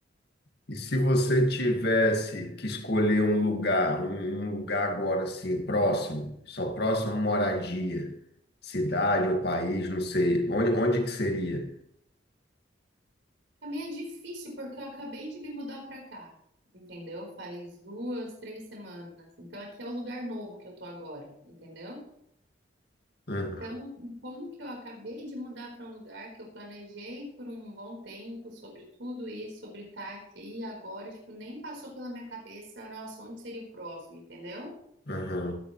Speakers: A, on the left; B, on the right.
A: E se você tivesse que escolher um lugar, um, um lugar agora assim, próximo, só próximo à moradia, cidade ou país, não sei, onde, onde que seria?
B: Para mim é difícil porque eu acabei de me mudar para cá, entendeu? Faz duas, três semanas. Então aqui é o lugar novo que eu tô agora, entendeu?
A: Hum,
B: Então, como que eu acabei de mudar para um lugar que eu planejei por um bom tempo sobre tudo isso, sobre estar aqui e agora, tipo, nem passou pela minha cabeça, nossa, onde seria o próximo, entendeu?
A: aham,